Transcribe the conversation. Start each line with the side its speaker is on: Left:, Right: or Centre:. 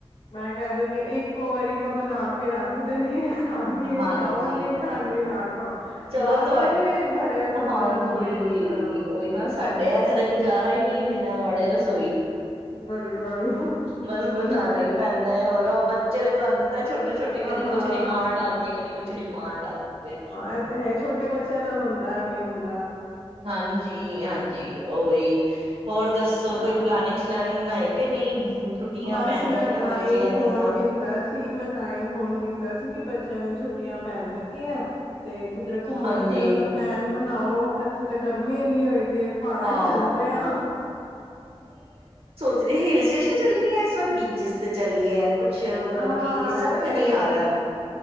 Left: ਮੈਂ ਕਹਿ ਦਿੰਦੀ ਹਾਂ ਇੱਕ ਵਾਰੀ ਮੈਂ ਬਣਾ ਕੇ ਰੱਖ ਦਦੀ ਖਾਣੀ
Right: ਹਾਂਜੀ
Left: ਖਾਓ ਨਹੀਂ ਖਾਣੀ ਨਾ ਖਾਓ
Right: ਚਲੋ
Left: ਬਾਰ
Right: ਤੁਹਾਡ
Left: ਬਾਰ ਨੀ ਵੜਿਆ ਜਾਂਦਾ
Right: ਹਾਂਜੀ
Left: ਰਸੋਈ ਚ
Right: ਉਓਹੀ ਨਾ ਸਾਡੇ ਇੱਥੇ ਤਾਂ ਗੁਜ਼ਾਰਾ ਹੀ ਨੀ ਹੈ ਬਿਨਾ ਵੜੇ ਤੋਂ ਸ
Left: ਬਿਲਕੁਲ
Right: ਬਸ ਬਣਾਉਣਾ ਹੀ ਪੈਂਦਾ ਹੈ ਰ ਬੱਚੇ ਦੇ ਤੁਹਾਨੂੰ ਪਤਾ ਛੋਟੇ ਛੋਟੇ
Left: ਹਾਂ
Right: ਕਦੀ
Left: ਹਾਂ
Right: ਕੁਛ ਡਿਮਾਂਡ ਆਉਂਦੀ ਹੈ ਕਦੀ ਕੁਛ ਡਿਮਾਂਡ ਆਉਂਦੀ ਹੈ
Left: ਇਹ ਤੇ ਹੈ ਛੋਟੇ ਬੱਚਿਆਂ ਨਾਲ ਹੁੰਦਾ ਐਵੇ ਹ
Right: ਹਾਂਜੀ ਹਾਂਜੀ ਉਓਹੀ ਹੋਰ ਦੱਸੋ
Left: ਅਹ
Right: ਕੋਈ ਪਲਾਨਿੰਗ ਸਲਾਨ ਬਣਾਈ ਕਿ ਨਹੀਂ ਛੁੱਟੀਆਂ
Left: ਬਸ
Right: ਪੈਣੀਆਂ
Left: ਮੈਂ
Right: ਨੇ
Left: ਤਾਂ
Right: ਬੱਚਿਆਂ
Left: ਹੀ ਫੋਨ
Right: ਦੀਆਂ
Left: ਕੀਤਾ ਸੀ ਮੈਂ ਤਾਂ ਹੀ ਫੋਨ ਕੀਤਾ ਸੀ ਕਿ ਬ ਬੱਚਿਆਂ ਦੀ ਛੁੱਟੀਆਂ ਪੈਣ ਲੱਗੀਆਂ ਤੇ ਕਿਧਰ ਘੁੰਮਣ
Right: ਹਾਂਜੀ
Left: ਫਿਰਨ ਦਾ ਪਲੈਨ ਬਣਾਓ ਹੱਥ ਤੇ ਗਰਮੀ ਇੰਨੀ ਹੋ ਦੀ ਹੈ ਪਹਾੜਾਂ
Right: ਆਹ
Left: ਚ ਚਲਦੇ ਆਂ
Right: ਤ੍ਰਹੀ ਸਟੇਸ਼ਨ ਚੱਲਣੀ ਹੈ ਸ ਬੀਚ ਤੇ ਚਲੀਏ ਕੁਛ ਮਤਲਬ
Left: ਹਾਂ
Right: ਕਿ ਸਮਝ
Left: ਏਦਾਂ
Right: ਨਹੀ
Left: ਹੀ
Right: ਆ ਰਿਹਾ